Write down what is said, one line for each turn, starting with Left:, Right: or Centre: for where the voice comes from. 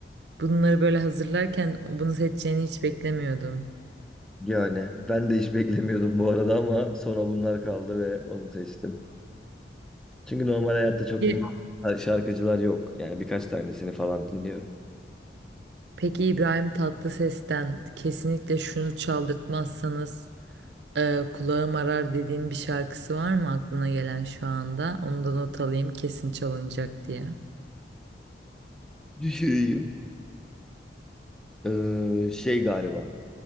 Right: bunları böyle hazırlarken bunu seçeceğini hiç beklemiyordum.
Centre: Yani ben de hiç beklemiyordum bu arada ama sonra bunlar kaldı ve onu seçtim. Çünkü normal hayatta çok
Right: Ye-
Centre: din şarkıcılar yok. Yani birkaç tanesini falan dinliyorum.
Right: Peki İbrahim Tatlıses'ten kesinlikle şunu çaldırtmazsanız Ee, kulağım arar dediğin bir şarkısı var mı aklına gelen şu anda? Onu da not alayım kesin çalınacak diye.
Centre: Düşüreyim. Ee, şey galiba.